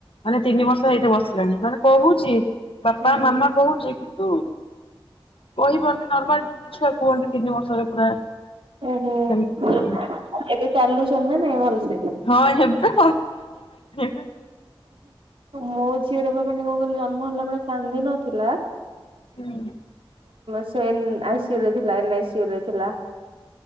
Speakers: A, on the left; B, on the right.
A: ମାନେ ତିନି ବର୍ଷ ହେଇତେ ବସିଲାଣି, ମାନେ କହୁଛି ବାପା
B: ହୁଁ ହୁଁ
A: ମାମା କହୁଛି କିନ୍ତୁ କହିପାରୁନେ ନର୍ମାଲ ଯେମିତି ଛୁଆ କୁହନ୍ତି ତିନି ବର୍ଷରେ ପୁରା।
B: ଓ ହୋ
A: ସେମିତି
B: ଏବେ ଚାଲୁଛନ୍ତି ନା ନାଇଁ ଭଲ ସେ?
A: ହଁ ଏବେ <unintelligible>
B: ମୋ ଝିଅର ବା ମାନେ କଣ କହିଲୁ ଜନ୍ମ ହେଲା ପରେ କାନ୍ଦିିନଥିଲା।
A: ହୁଁ।
B: ସେ ଆଇ ସି ୟୁ ରେ ଥିଲା ଏନ୍ ଆଇ ସି ୟୁ ରେ ଥିଲା।